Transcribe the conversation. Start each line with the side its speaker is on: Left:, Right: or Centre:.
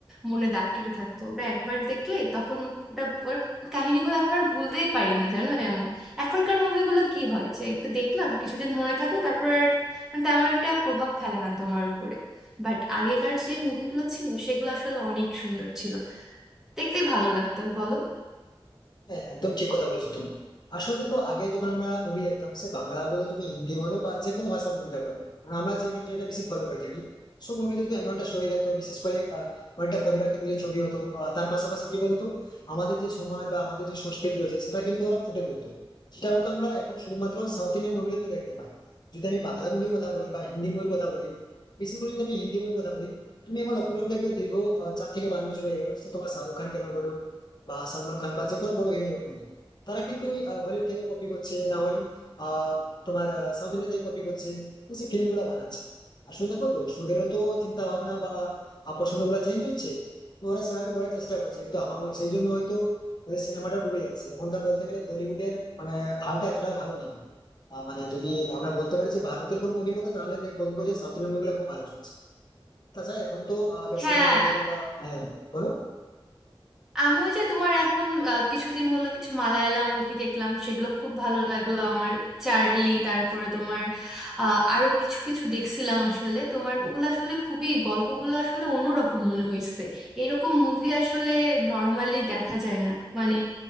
Centre: মনে দাগ কেটে থাকতো ওটা একবার দেখলে তখন ওটা ওর কাহিনীগুলো এখন আর ভুলতেই পারি না জানো এমন এখনকার মুভিগুলো কি হয় যে একটু দেখলাম কিছুদিন মনে থাকলো তারপর আর মানে তেমন একটা প্রভাব ফেলে না তোমার উপরে বাট আগেকার যে মুভিগুলো ছিল সেগুলো আসলে অনেক সুন্দর ছিল দেখতে ভালো লাগতো বলো
Left: হ্যাঁ একদম ঠিক কথা বলেছো তুমি আসলে দেখো আগে যখন আমরা মুভি দেখতাম সে বাংলা বলো তুমি হিন্দি বলো বা যে কোনো ভাষার মুভিটা বলো কারণ আমরা যে ট্রেন্ডটা বেশি ফলো করে থাকি সব মুভিতে তো এমন একটা স্টোরি থাকতো বিশেষ করে আহ, অনেকটা পরিবার কেন্দ্রিক ছবি হতো আহ, তার পাশাপাশি কি বলতো আমাদের যে সমাজ বা আমাদের যে সংস্কৃতি রয়েছে সেটা কিন্তু ওরা ফুটে তুলতো সেটা হয়তো আমরা এখন শুধুমাত্র সাউথ ইন্ডিয়ান মুভিগুলোতে দেখতে পাই যদি আমি বাংলা মুভির কথা বলি বা হিন্দি মুভির কথা বলি বিশেষ করে যদি আমি হিন্দি মুভির কথা বলি তুমি এখন লক্ষ্য করে দেখবে দীর্ঘ আহ, চার থেকে পাঁচ বছর হয়ে গেল সে তোমার শাহরুখ খান কেন বলো বা সালমান খান বা যে কোনো বড় হিরোই হোক না কেন, তারা কিন্তু ওই হলিউড থেকে কপি করছে না ওই আহ, তোমার সাউথ ইন্ডিয়া থেকে কপি করছে তো সেই ফিল্ম গুলো বানাচ্ছে আসলে দেখো দর্শকেরও তো চিন্তা ভাবনা বা পছন্দ গুলো চেঞ্জ হচ্ছে তো ওরা সেভাবে করার চেষ্টা করছে কিন্তু আমার মনে- সেই জন্য হয়তো ওদের সিনেমাটা ডুবে যাচ্ছে এখনকার বলতে গেলে বলিউডের মানে হালটা এতটাও ভালো নেই আহ, মানে যদি আমরা বলতে পারি যে ভারতের কোনো মুভির কথা তাহলে দেখ- বলবো যে সাউথ ইন্ডিয়ান মুভিগুলো খুব ভালো চলছে তাছাড়া এখন তো আহ, বেশিরভাগ
Centre: হ্যাঁ
Left: জনগণ বা হ্যাঁ বলো
Centre: আমি ওই যে তোমার এখন আহ, কিছুদিন হলো কিছু মালায়ালাম মুভি দেখলাম সেগুলো খুব ভালো লাগলো আমার চার্লি তারপরে তোমার আহ, আরো কিছু কিছু দেখছিলাম আসলে তোমার ওগুলো আসলে খুবই গল্পগুলো আসলে অন্যরকম মনে হয়েছে এরকম মুভি আসলে নর্মালি দেখা যায় না মানে